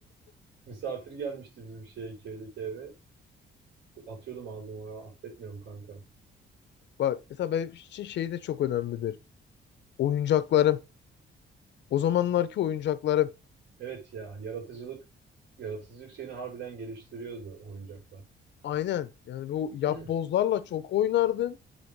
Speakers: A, on the right; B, on the left.
A: Misafir gelmişti bizim şeye köydeki eve. Atıyordum ağzıma ya affetmiyorum kanka.
B: bak mesela benim için şey de çok önemlidir. Oyuncaklarım. O zamanlarki oyuncaklarım.
A: Evet ya yaratıcılık yaratıcılık şeyini harbiden geliştiriyordu oyuncaklar.
B: Aynen yani bu yapbozlarla
A: <clears throat>
B: çok oynardım.